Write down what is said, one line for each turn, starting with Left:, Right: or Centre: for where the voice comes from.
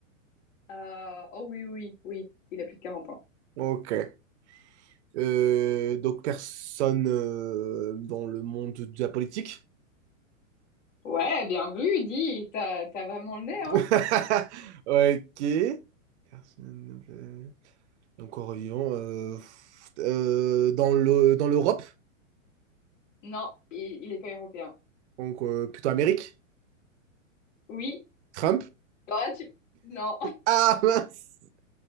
Left: Euh, oh oui, oui, oui, il a plus de 40 ans.
Right: Ok. Euh, donc personne euh, dans le monde de la politique.
Left: Ouais, bien vu, dis, t'as, t'as vraiment le nez,
Right: <laughs>
Left: hein?
Right: Ok. Personne. euh, Donc en vivant. euh, euh, dans le, dans l'Europe.
Left: Non, il, il est pas européen.
Right: Donc euh, plutôt Amérique.
Left: Oui,
Right: Trump.
Left: Ah, tu... Non,
Right: Ah mince.